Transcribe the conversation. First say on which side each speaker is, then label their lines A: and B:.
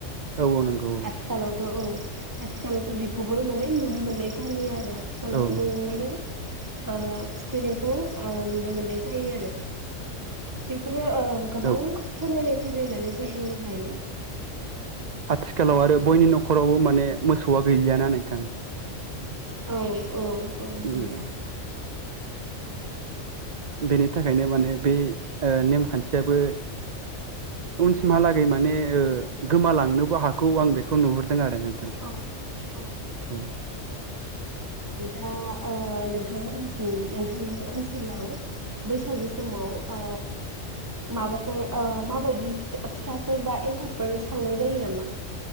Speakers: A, on the right; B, on the right.
A: औ औ नंगौ औ
B: आथिखालावथ' औ आथिखालथ' बिदि खौबो मोने नुनो मोननाय जायो आरो आथिखालाव
A: औ
B: नुनो मोनो ओ थुखैनायखौ नुनो मोननाय जायो आरो। बेफोरो ओ गोबां
A: औ
B: सोलायनाय फैबाय होननानै जों बुंनो हायो।
A: आथिखालाव आरो
B: औ
A: बयनि न'खरावबो माने मोसौआ गैलियाना नोंथां।
B: औ औ औ
A: उम
B: गैला औ
A: बेनि थाखायनो माने बे ओ नेमखान्थियाबो उनसिमहालागै माने ओ गोमालांनोबो हाखौ आं बेखौ नुहुरदों। आरो नोंथां
B: औ औ औ
A: औ
B: दा नोंथाङा ओ नोंथांमोननिथिं नोंथांनि ओनसोलाव बैसागु समाव ओ माबाफोर माबायदि फिथाफोर बा एन्थाबफोर सावनाय जायो नामा?